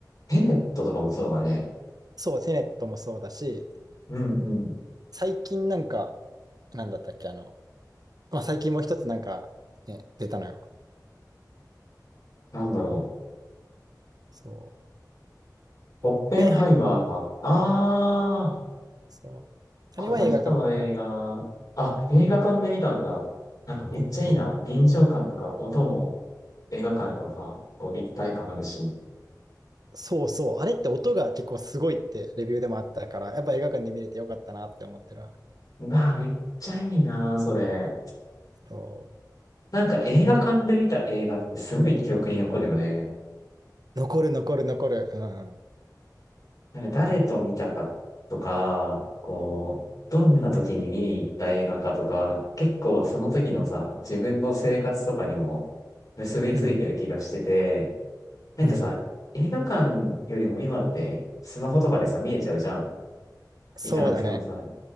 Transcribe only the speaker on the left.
テネットとかもそうだね。
うんうん。
なんだろ
う。
オッペンハイマーか。
ああ。
この人の映画、
あ、映画館で見たんだ。なんかめっちゃいいな。
臨場感とか音も映画館とか、こう立体感あるし。
うわあ、めっちゃいいな、それ。
なんか映画館で見た映画ってすごい記憶に残るよね。
なんか誰と見たかとか、こう、どんな時に見に行った映画かとか、結構その時のさ、自分の生活とかにも結びついてる気がしてて、
なんかさ、
映画館よりも今ってスマホとかでさ、見えちゃうじゃん。
行かなくてもさ。